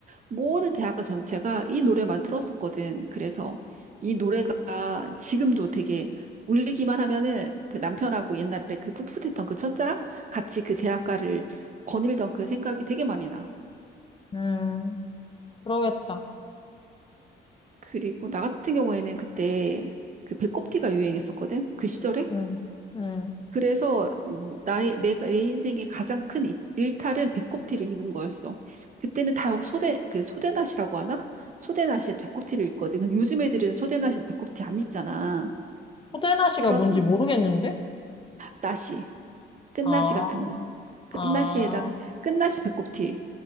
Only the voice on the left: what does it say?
음, 그러겠다.
음, 음.
호대나시가
뭔지 모르겠는데?
아,
아,